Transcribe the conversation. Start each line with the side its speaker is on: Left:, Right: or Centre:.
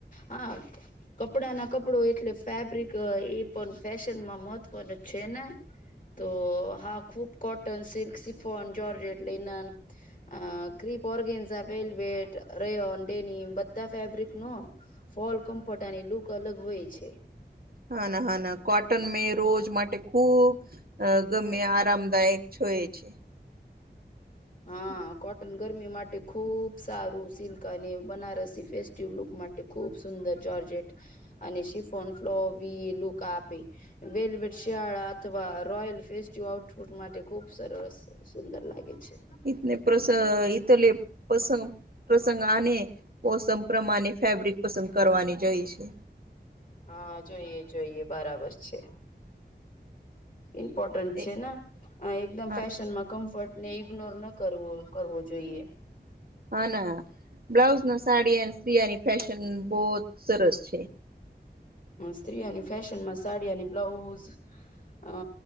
Left: હા કપડા ના કપડો એટલે ફેબ્રિક એ પણ ફેશનમાં મહત્વ ન છે ને
Right: <unintelligible>
Left: તો હા ખૂબ cotton, silk, chiffon, georgette, linen crepe ઓર્ગે velvet, rayon, ડેન બધા ફેબ્રિક નો ફલ કમ્પોટની લુક અલગ હોય છે
Right: હા ના હા ના કોટન મેં રોજ માટે ખુબ અ ગમે આરામદાયક છોએ છે <inaudible>
Left: હા કોટન ગરમી માટે ખુબ સારું સિલ્ક અને બનારસી ફેસ્ટિવ લુક માટે ખૂબ સુંદર ચર્જેટ અને શિફોન ફ્લો બી લુક આપે વેલવેટ શિયાળા અથવા રોયલ ફે આઉટપુટ માટે ખુબ સરસ સુંદર લાગે છે
Right: તને પ્રસ તલે પસંગ પ્રસંગ અને મોસમ પ્રમાણે ફેબ્રિક પસંદ કરવાની જઈ છે
Left: હા જોઈએ જોઈએ બરાબર છે ઇમ્પોર્ટન્ટ
Right: એ
Left: છે ને એકદમ
Right: હા
Left: ફેશનમાં કમ્ફર્ટ ને ઇગ્નોર ન કરવો કરવો જોઈએ
Right: હા ના બ્લાઉઝ ના સાડી એ સ્તિયાની ફેશન બહ સરસ છે
Left: સ્ત્રીઓની ફેશન માં સાડીની બ્લાઉઝ અ